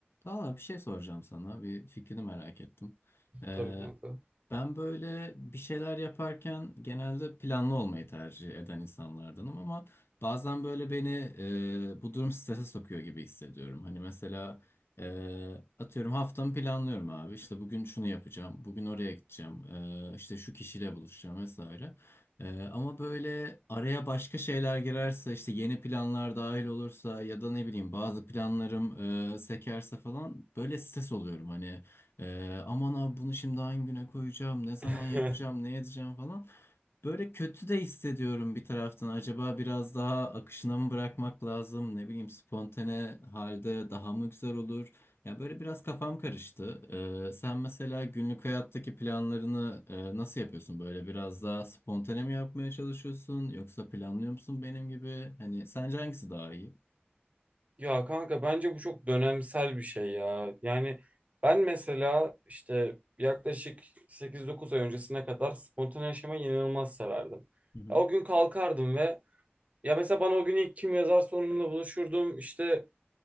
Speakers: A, on the left; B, on the right.
A: Aa, bir şey soracağım sana. Bir fikrini merak ettim. Ee,
B: Tabii kanka.
A: ben böyle bir şeyler yaparken genelde planlı olmayı tercih eden insanlardanım ama bazen böyle beni e, bu durum strese sokuyor gibi hissediyorum. Hani mesela e, atıyorum haftamı planlıyorum abi. İşte bugün şunu yapacağım, bugün oraya gideceğim, e, işte şu kişiyle buluşacağım vesaire. Ee, ama böyle araya başka şeyler girerse işte yeni planlar dahil olursa ya da ne bileyim bazı planlarım e, sekerse falan böyle stres oluyorum hani e, aman abi bunu şimdi hangi güne koyacağım ne
B: <laughs>
A: zaman yapacağım ne edeceğim falan. Böyle kötü de hissediyorum bir taraftan. Acaba biraz daha akışına mı bırakmak lazım? Ne bileyim spontane halde daha mı güzel olur? Ya böyle biraz kafam karıştı. Ee, sen mesela günlük hayattaki planlarını e, nasıl yapıyorsun? Böyle biraz daha spontane mi yapmaya çalışıyorsun? Yoksa planlıyor musun benim gibi? Hani sence hangisi daha iyi?
B: Ya kanka bence bu çok dönemsel bir şey ya. Yani ben mesela işte yaklaşık 8-9 ay öncesine kadar spontane yaşamayı inanılmaz severdim.
A: Hı hı.
B: Ya o gün kalkardım ve ya mesela bana o gün ilk kim yazarsa onunla buluşurdum. İşte